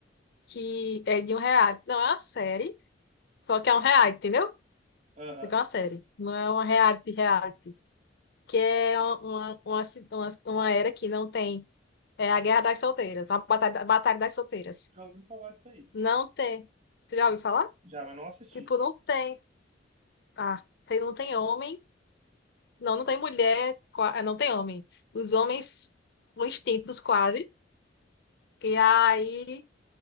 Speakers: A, on the left (about 60°); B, on the right (about 35°).
A: que é de um reality. Não, é uma série, só que é um reality, entendeu?
B: Aham.
A: Porque é uma série. Não é uma reality, reality. Que é uma, uma, ci- uma, uma era que não tem. É a Guerra das Solteiras, a Batalha, Batalha das Solteiras.
B: Já ouvi falar disso aí.
A: Não tem. Tu já ouviu falar?
B: Já, mas não assisti.
A: Tipo, não tem. Ah, tem, não tem homem. Não, não tem mulher. qua- eh, Não tem homem. Os homens são extintos quase. E aí,